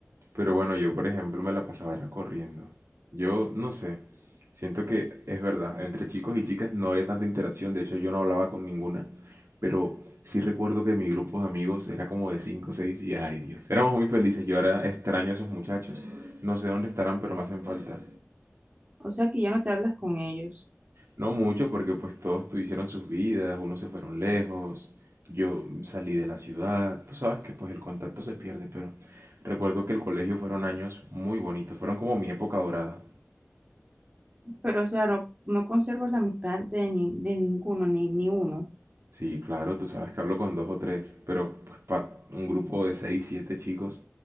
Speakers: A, on the right; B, on the right.
A: Pero bueno, yo por ejemplo me la pasaba era corriendo. Yo no sé, siento que es verdad, entre chicos y chicas no había tanta interacción, de hecho yo no hablaba con ninguna, pero sí recuerdo que mi grupo de amigos era como de 5 o 6 y ay Dios, éramos muy felices, yo ahora extraño a esos muchachos, no sé dónde estarán, pero me hacen falta.
B: O sea que ya no te hablas con ellos,
A: No mucho, porque pues todos tu- hicieron sus vidas, unos se fueron lejos, yo salí de la ciudad, tú sabes que pues el contacto se pierde, pero recuerdo que el colegio fueron años muy bonitos, fueron como mi época dorada.
B: pero o sea, no, no conservas la amistad de, ni- de ninguno, ni, ni uno.
A: Sí, claro, tú sabes que hablo con dos o tres, pero pues para un grupo de seis, siete chicos